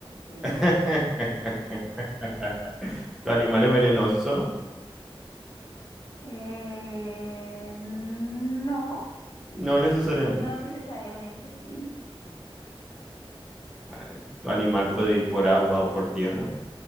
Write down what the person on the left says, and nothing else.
sí.
Eh, no,
no necesariamente, sí,